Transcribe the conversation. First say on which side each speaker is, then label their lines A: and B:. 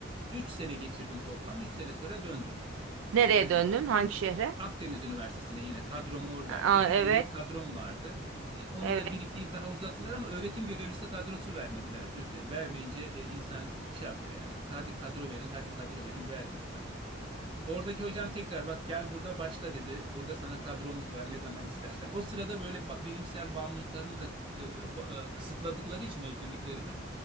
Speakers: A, on the right; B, on the right.
A: üç sene geçirdim toplam 3 sene sonra döndüm.
B: Nereye
A: E,
B: döndün? Hangi şehre?
A: Akdeniz Üniversitesi'ne yine kadrom oradaydı.
B: Aa,
A: Bir
B: evet,
A: yıllık kadrom vardı. E, Onu
B: evet.
A: da bir iki yıl daha uzattılar ama öğretim görevlisi kadrosu vermediler Zühre. Vermeyince e, insan şey yapıyor yani. Hadi kadro verin, hadi kadro verin vermiyorlar. Oradaki hocam tekrar bak gel burada başla dedi. Burada sana kadromuz var ne zaman istersen. O sırada böyle ba- bilimsel bağımlılıklarımı da e, ba- e, kısıtladıkları için özgürlüklerimi